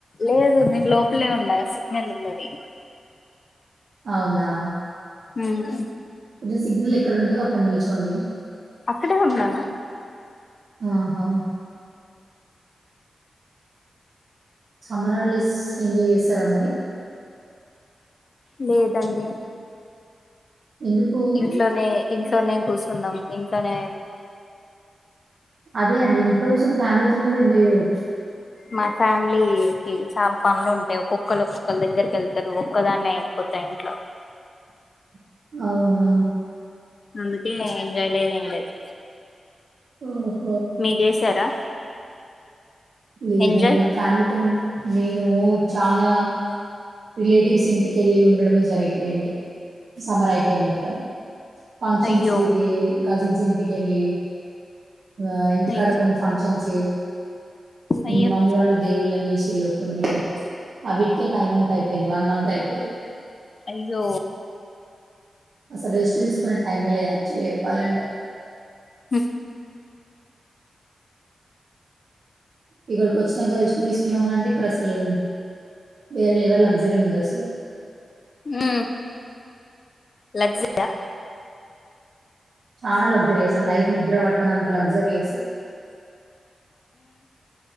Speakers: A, on the left; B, on the right.
A: లేదు నేను లోపలే ఉన్నా సిగ్నల్ ఉన్నది
B: అవునా
A: ఉమ్
B: కొంచెం సిగ్నల్ ఎక్కడ ఉంటుందో అక్కడ నిల్చోండి
A: అక్కడే ఉన్నాను
B: ఆహా సమ్మరాల్డేస్ ఎంజాయ్ చేస్తారా మరి
A: లేదండి
B: ఎందుకు?
A: ఇంట్లోనే ఇంట్లోనే కూసున్నాం ఇంట్లోనే
B: అదే అండి. ఇంట్లో కోసం ఫ్యామిలీతో కూడా ఎంజాయ్ చేయవచ్చు
A: మా ఫ్యామిలీ కి చాలా పనులు ఉంటాయి ఒక్కొక్కళ్ళు ఒక్కొక్కళ్ దగ్గరికి వెళ్తారు ఒక్కదాన్నే అయిపోతు దాయి్ ఇంట్లో
B: <inaudible> అవునా
A: అందుకే ఎంజాయ్ లేద్ ఎం లేద్
B: ఉమ్
A: మీరు చేసారా
B: లేదండి
A: ఎంజాయ్
B: నా ఫ్యామిలీతో నేను చాలా రిలేటివ్స్ ఇంటికెళ్ళి ఉండడమే జరిగిపోయింది సమ్మర్ అయిపోయింది మొత్తం ఫంక్షన్స్
A: అయ్యో
B: తిరిగి కజిన్స్ ఇ ఎళ్ళి ఇగ ఇంటికాడ
A: అయ్యో
B: కొన్ని ఫంక్షన్స్
A: అయ్యో
B: ఇంగ మమ్మీ వాళ్ళు దేవుళ్ళని చేసిళ్ళు కొన్ని అవీటికే టైమ్ అంతా అయిపోయింది వన్ మంత్ అయిపోయింది
A: అయ్యో
B: అసలు రెస్ట్ తీసుకునే టైమే లేదు యాక్చువల్లీ చెప్పాలంటే
A: హు
B: ఇక్కడికి వచ్చినాంక ఎష్ట్ తీసుకుందామంటే ఇక్కడ అసలు వేరే లేవాలగ్జరి ఉందాసలు
A: ఉమ్ లగ్జరి ఆహ్
B: చానా లగ్జరి అసలు నైట్ నిద్ర పట్టనంత అబ్జర్వ్ చేసుకుంటే